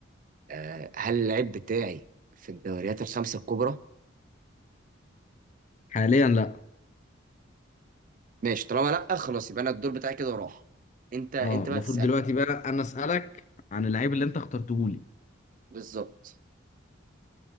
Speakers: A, on the right; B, on the left.
A: آه، هل اللعيب بتاعي في الدوريات الخمسة الكبرى؟
B: حاليا لا
A: ماشي طالما لا خلاص يبقى انا الدور بتاعي كده راح انت انت
B: اه
A: بقى
B: المفروض
A: تسألني
B: دلوقتي بقى انا أسألك عن اللعيب اللي انت اخترته لي
A: بالظبط